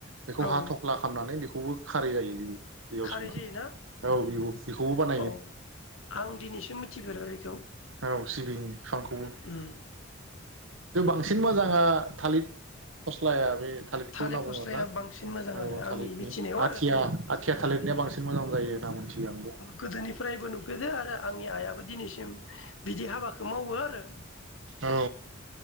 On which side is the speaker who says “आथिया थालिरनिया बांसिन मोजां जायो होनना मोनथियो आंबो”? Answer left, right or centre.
Right